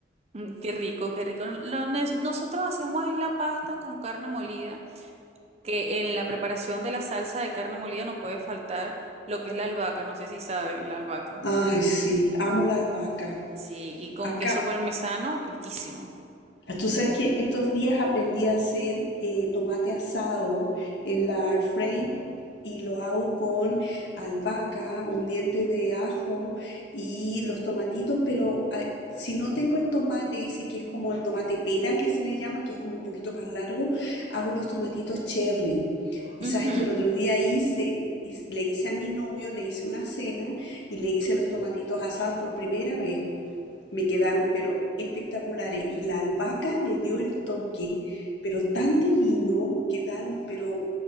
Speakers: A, on the right (about 35°); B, on the left (about 70°).
A: Mm, Qué rico, qué rico. Lo nes- nosotros hacemos es la pasta con carne molida, que en la preparación de la salsa de carne molida no puede faltar lo que es la albahaca, no sé si sabe, la albahaca.
B: Ay, sí, amo la albahaca.
A: Sí, y con
B: Acá
A: queso parmesano, riquísimo.
B: Tú sabes que estos días aprendí a hacer eh, tomate asado en la air fry y lo hago con albahaca, un diente de ajo y los tomatitos, pero ah, si no tengo el tomate ese que es como el tomate pera que se le llama, que es como un poquito más largo, hago los tomatitos cherry.
A: Ujú.
B: Y sabes que el otro día hice, hice- le hice a mi novio, le hice una cena y le hice los tomatitos asados por primera vez me quedaron pero espectaculares. Y la albahaca le dio el toque, pero tan divino, quedaron pero...